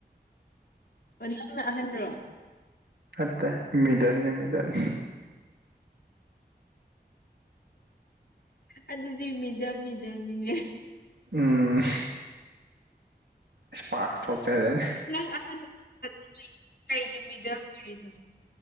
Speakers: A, on the left; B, on the right.
A: ꯑꯣ ꯅꯪꯅ ꯑꯍꯟꯔꯣ
B: ꯑꯠꯇꯦ ꯃꯤꯗꯟꯅꯦ ꯃꯤꯗꯟ
A: ꯑꯗꯨꯗꯤ ꯃꯤꯗꯝ ꯃꯤꯗꯝꯅꯤꯅꯦ
B: ꯎꯝ ꯏꯁꯄꯥꯔꯁ ꯊꯣꯛꯆꯖꯅꯤ
A: ꯅꯪ ꯑꯍꯥꯟꯕ <unintelligible> ꯀꯩꯒꯤ ꯃꯤꯗꯟ ꯑꯣꯏꯔꯤꯅꯣ